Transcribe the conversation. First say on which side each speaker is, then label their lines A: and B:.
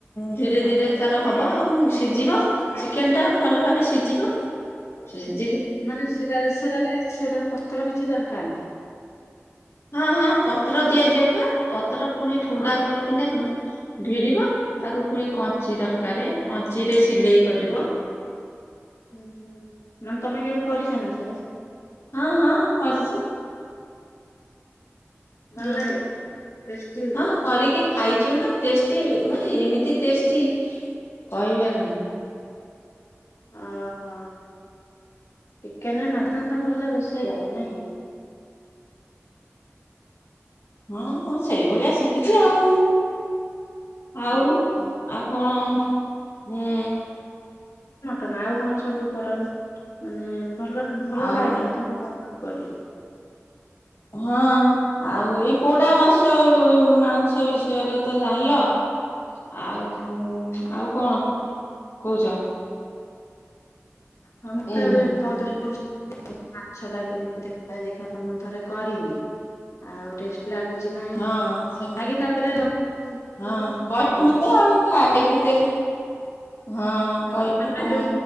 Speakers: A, on the left; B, on the left.
A: ଧୀରେ ଧୀରେ ତାର ହବ ଆଉ ସିଜିବ ଚିକେନ୍ ଟା ଭଲ ଭାବେ ସିଜିବ। ଚେ
B: ମାନେ ସେରାରେ ସେରାରେ ସେରାରେ ପତ୍ର କିଛି ଦର କାର ନାହିଁ।
A: ହଁ ହଁ ପତ୍ର ଦିଆଯିବ ପା ପ ତାର ଫୁଣି ଠୁଙ୍ଗା
B: ଅ
A: କରିକିନା ଉଁ ଭିଡ଼ିବ ତାକୁ ଫୁଣି କଞ୍ଚି ଦରକାରେ କଞ୍ଚିରେ ସିଲେଇ କରିବ।
B: ଉଁ ହୁଁ ମାନେ ତମେ କେବେ କରିଚ ନା ସେଟା?
A: ହଁ ହଁ କରିଛି
B: ଭଲ
A: ହଁ
B: ଲାଗେ ଟେଷ୍ଟି।
A: ହଁ କରିକି ଖାଇଚୁ ନାଁ ଟେଷ୍ଟି ମାନେ ଏମିତି ଟେଷ୍ଟି କହିବାର ନାହିଁ।
B: ଅ ହ ଚିକେନ <unintelligible> ତମେ ଭଲ ରୋଷେଇ କର ନାଇଁ ।
A: ହଁ ହଁ ସେଇଭଳିଆ ଶିଖିଉଛି ଆଉ। ଆଉ
B: ଓହୋ।
A: ଆଉ କଣ ହୁଁ।
B: ତାନେ ଆଉ କଣ ସବୁ କର ମାନେ ଭଲ ଭଲ
A: ଆଉ
B: ଭଲ ଆଇଟମ୍ ତମେ କର ଏ କରି
A: ହଁ ଆଉ ଏଇ ପୋଡ଼ା ମାସ ମାଂସ ବିଷୟରେ ତ ଜାଣିଲ ଆଉ ହୁଁ ଆଉ କଣ କୋହୁଚ?
B: ହଁ ମତେ
A: ଉଁ
B: ଏବେ ତମ କଥା ଶୁଭୁଚି। <inaudible> ମାଛଟା କେମିତି କରେ ଦେଖିଆ ମୁଁ ଥରେ କରିମି। ଆଉ ଟେଷ୍ଟ ଲାଗୁଛି ନାହିଁ
A: ହଁ ସେମ
B: ଖାଇକି ତାପରେ ତମକୁ କଲ
A: ହଁ
B: କରିବି।
A: କହିବ
B: ନାଇଁ କି
A: ମତେ ଆଉ ଖାଇକି ଦେ ହଁ କହିବ
B: <inaudible> ତମେ
A: ହଁ।
B: ଯୋଉ